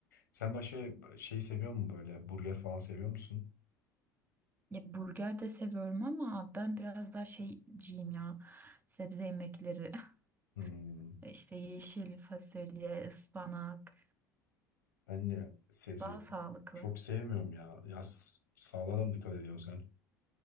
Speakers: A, on the left; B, on the right.
A: Sen başka şey seviyor musun böyle? Burger falan seviyor musun?
B: Ya burger de seviyorum ama ben biraz daha şeyciyim ya. Sebze yemekleri,
A: Hmm,
B: <laughs> işte yeşil fasulye, ıspanak
A: ben de sebze
B: daha sağlıklı.
A: çok sevmiyorum ya. Ya s- sağlığa da mı dikkat ediyorsun sen?